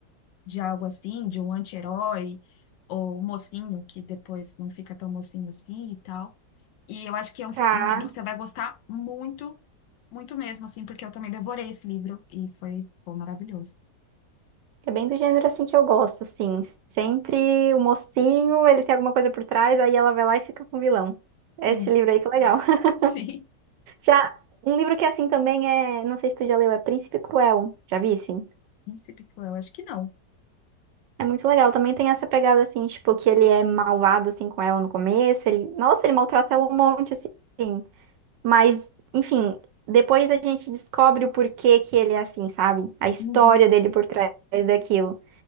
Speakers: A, on the left; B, on the right.
A: de algo assim, de um anti-herói ou mocinho, que depois não fica tão mocinho assim e tal. E eu acho que é um,
B: Tá.
A: um livro que você vai gostar muito, muito mesmo, assim, porque eu também devorei esse livro e foi, pô, maravilhoso.
B: É bem do gênero assim que eu gosto, sim. Sempre o mocinho, ele tem alguma coisa por trás, aí ela vai lá e fica com o vilão. Esse
A: Sim,
B: livro aí que é legal. <laughs>
A: <laughs> sim.
B: Já um livro que é assim também é, não sei se tu já leu, é Príncipe Cruel. Já vi, sim.
A: Príncipe Cruel, acho que não.
B: É muito legal. Também tem essa pegada assim, tipo, que ele é malvado assim com ela no começo, ele, nossa, ele maltrata ela um monte assim. Mas, enfim, depois a gente descobre o porquê que ele é assim, sabe? A história
A: Uhum.
B: dele por trás daquilo.